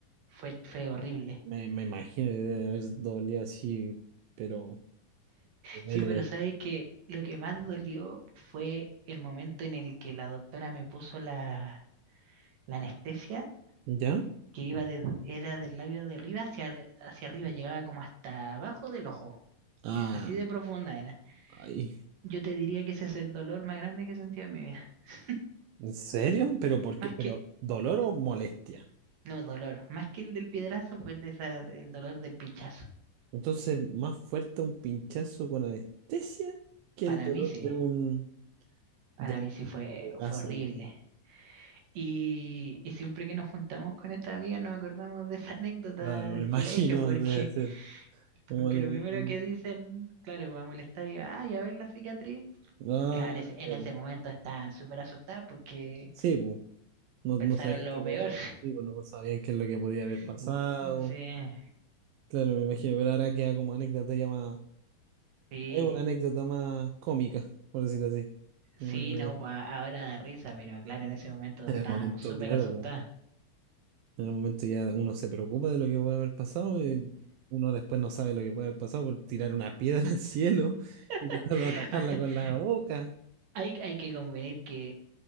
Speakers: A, on the right; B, on the right.
A: Fue, fue horrible.
B: Me, me imagino que debe haber dolido así, pero... duele.
A: Sí, pero sabes que lo que más dolió fue el momento en el que la doctora me puso la, la anestesia,
B: ¿Ya?
A: que iba de, era del labio de arriba hacia, hacia arriba, llegaba como hasta abajo del ojo.
B: Ah,
A: Así de profunda era.
B: ay.
A: Yo te diría que ese es el dolor más grande que he sentido en mi vida. <laughs>
B: ¿En serio? ¿Pero por
A: Más
B: qué? ¿Pero
A: que,
B: dolor o molestia?
A: No, dolor. Más que el del piedrazo fue el de esa, el dolor del pinchazo.
B: Entonces, más fuerte un pinchazo con anestesia que
A: Para
B: el dolor
A: mí sí.
B: de un,
A: Para
B: de un
A: mí sí fue,
B: piedrazo
A: fue horrible. Y, y siempre que nos juntamos con estas amigas nos acordamos de esa anécdota
B: Claro, me
A: del
B: <laughs> imagino,
A: colegio, porque,
B: debe ser como
A: porque
B: algo.
A: lo primero
B: muy-
A: que dicen, claro, va a molestar y ay, a ver la cicatriz.
B: Ah,
A: Claro, en ese,
B: claro.
A: en ese momento estaban súper asustadas porque
B: Sí, pues, no,
A: pensaron
B: no sabían
A: lo
B: qué podía
A: peor.
B: haber, sí, pues, no sabían qué es lo que podía
A: <laughs>
B: haber pasado.
A: Sí,
B: Claro, me imagino, pero ahora queda como anécdota ya más.
A: sí,
B: Es una anécdota más cómica, por decirlo así.
A: sí,
B: Muy como-
A: no, pa- ahora da risa, pero claro, en ese momento
B: En
A: estábamos
B: el momento,
A: súper
B: claro,
A: asustadas.
B: pues. En el momento ya uno se preocupa de lo que puede haber pasado, y uno después no sabe lo que puede haber pasado por tirar una <laughs> piedra al cielo y tratar
A: <laughs>
B: de atajarla con la boca.
A: Hay, hay que convenir que